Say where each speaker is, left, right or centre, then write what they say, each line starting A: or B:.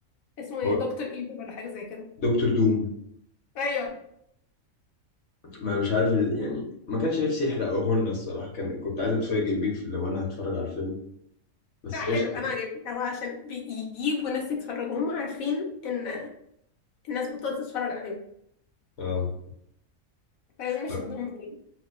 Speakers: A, on the left; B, on the left.
A: اسمه ايه
B: حوار
A: دكتور ايفل ولا حاجه زي كده
B: دكتور دوم
A: ايوه
B: ما مش عارف يعني ما كانش نفسي يحرقه لنا الصراحه كان كنت عايز اتفاجئ بيه في- لو انا هتفرج على الفيلم بس
A: لا حلو
B: قشطه
A: انا
B: يعني.
A: عجبني هو عشان بيجيبوا ناس يتفرجوا هم عارفين ان الناس بطلت تتفرج عليهم
B: اه
A: فلازم يشدوهم
B: ف-
A: تاني